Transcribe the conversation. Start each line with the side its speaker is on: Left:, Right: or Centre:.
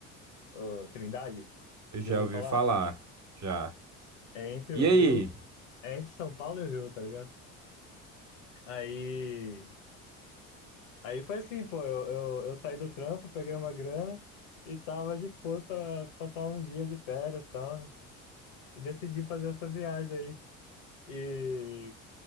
Left: o Trindade?
Right: Eu já
Left: Já ouviu
Right: ouvi
Left: falar?
Right: falar, já.
Left: É entre
Right: E
Left: o Rio.
Right: aí?
Left: É entre São Paulo e o Rio, tá ligado? Aí. Aí foi assim, pô. Eu, eu, eu saí do trampo, peguei uma grana e tava disposto a passar uns dias de férias e tal, né? e decidi fazer essa viagem aí. E